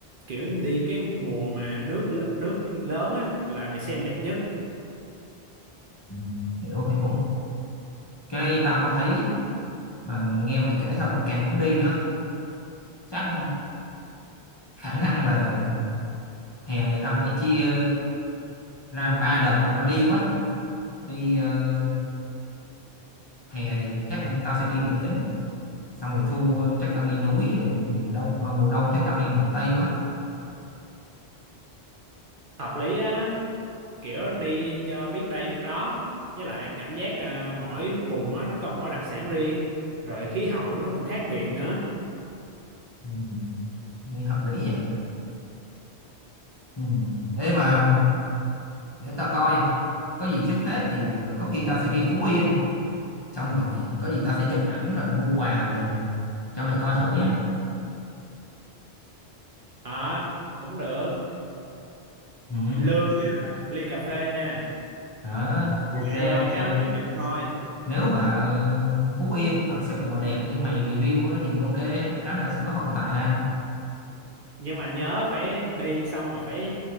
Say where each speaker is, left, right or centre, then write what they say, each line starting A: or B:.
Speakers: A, on the right (about 55°); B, on the left (about 30°).
A: kiểu đi cái mùa mà nước l- nước lớn á là mày xem đẹp nhất
B: ừ, hiểu hiểu. Cái đấy tao có thấy mà nghe mày kể xong rồi càng muốn đi nữa chắc khả năng là hè này tao phải chia ra ba đợt để mà đi quá đi ờ, hè thì chắc tao sẽ đi biển xong rồi thu ờ, chắc tao đi núi rồi miền đông ờ, mùa đông chắc tao đi miền tây quá
A: hợp lý á kiểu đi cho biết đây biết đó với lại cảm giác à, mỗi vùng á nó có mỗi đặc sản riêng rồi khí hậu nó cũng khác biệt nữa
B: ừ, nghe hợp lý nhỉ ừ. thế mà để tao coi có gì trước hết thì ờ, có khi tao sẽ đi Phú Yên xong rồi có gì tao sẽ chụp ảnh rồi mua quà về cho mày coi thử nhé
A: à cũng được
B: ừ.
A: lương á, là một ly cà phê nha
B: Đó, ok
A: với
B: ok
A: lại à, cái bánh tráng trộn thôi
B: nếu mà Phú Yên thật sự mà đẹp như mày review á, thì ok chắc chắn là sẽ có hậu tạ
A: nhưng mà nhớ phải đi xong rồi phải